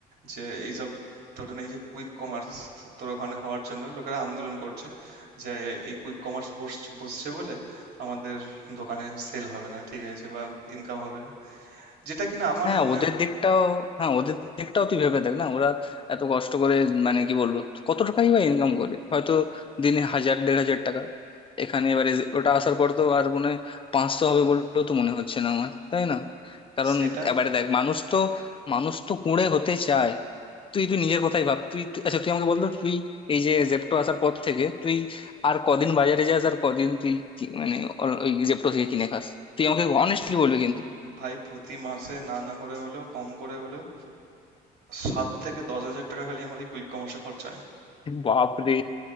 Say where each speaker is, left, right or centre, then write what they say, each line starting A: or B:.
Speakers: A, on the right (about 70°); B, on the left (about 30°).
A: যে এইসব ধরেন এই যে কুইক কমার্স তোর ওখানে হওয়ার জন্য লোকেরা আন্দোলন করছে যে এ- এই কুইক কমার্স বসছে বলে আমাদের দোকানে সেল হবে না ঠিক আছে বা ইনকাম হবে না যেটা কিনা আমার
B: হ্যাঁ
A: মনে
B: ওদের দিকটাও হ্যাঁ ওদের দিকটাও তুই ভেবে দেখ না ওরা এত কষ্ট করে মানে কি বলবো কত টাকাই বা ইনকাম করে হয়তো দিনে হাজার দেড় হাজার টাকা এখানে এবারে যে- ওটা আসার পর তো আর মনে হয় পাঁচশো হবে বললেও তো মনে হচ্ছে না আমার তাই না কারণ
A: সেটা
B: এবারে দেখ মানুষ তো মানুষ তো কুঁড়ে হতে চায় তুই তুই নিজের কথাই ভাব তুই তুই- আচ্ছা তুই আমাকে বলতো তুই এই যে জেপ্টো আসার পর থেকে তুই আর কদিন বাজারে যাস আর কদিন তুই কি- মানে ওই জেপ্টো থেকে কিনে খাস তুই আমাকে অনেস্টলি বলবি কিন্তু
A: উম, ভাই প্রতি মাসে না না করে হলেও কম করে হলেও সাত থেকে দশ হাজার টাকা খালি আমার এই কুইক কমার্সে খরচা হয়
B: বাপরে